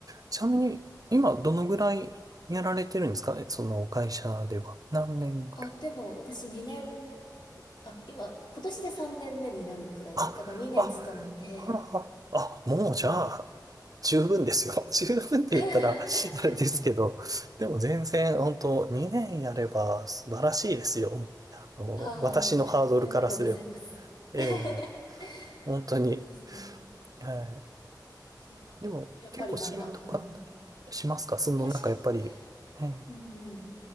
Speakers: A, on the right; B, on the left.
A: ちなみに、今、どのぐらいやられてるんですかその会社では。何年ぐらい
B: <laughs> あ、でも、私2年、あ、今、今年で3年目になるくらいで、
A: あ、
B: だから2年勤めて、
A: あ、あ、あ、あもうじゃあ、十分ですよ。<laughs> 十分って言ったら、
B: <laughs>
A: あれですけど、でも全然、本当2年やれば素晴らしいですよ。あの、
B: ああ、
A: 私のハードルからすれば。
B: ありがとうございます。
A: ええ、
B: <laughs>
A: 本当に。
B: そうですね。
A: はい。
B: そう、
A: でも、
B: やっぱりなんか、
A: 結構しんどかったりしますかその、
B: うんいや、
A: なんかやっぱり、
B: し、
A: ええ、
B: うんうん。